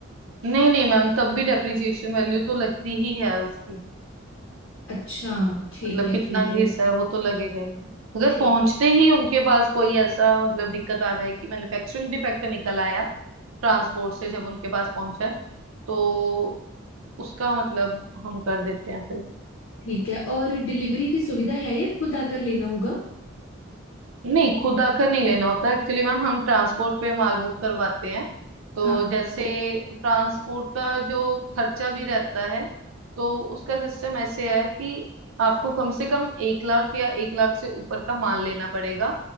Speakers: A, on the right; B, on the left.
A: नहीं नहीं मैम तब भी डेप्रिसिएशन वैल्यू तो लगती ही है उसकी
B: अच्छा ठीक
A: मतलब
B: है
A: कितना
B: ठीक
A: घिसा
B: है
A: है वो तो लगेगा ही अगर
B: ठीक
A: पहुंचते
B: है
A: ही उनके पास कोई ऐसा मतलब दिक्कत आ जाए कि मैन्युफैक्चरिंग डिफेक्ट निकल आया ट्रांसपोर्ट से जब उनके पास पहुंचा है, तो उसका मतलब हम कर देते हैं
B: ठीक है और डिलीवरी की सुविधा
A: फिर
B: है या खुद आकर लेना होगा
A: नहीं खुद आकर नहीं लेना होता एक्चुअली मैम हम ट्रांसपोर्ट पे माल बुक करवाते हैं तो
B: हाँ
A: जैसे ट्रांसपोर्ट का जो खर्चा भी रहता है तो उसका सिस्टम ऐसे है कि आपको कम से कम एक लाख या एक लाख से ऊपर का माल लेना पड़ेगा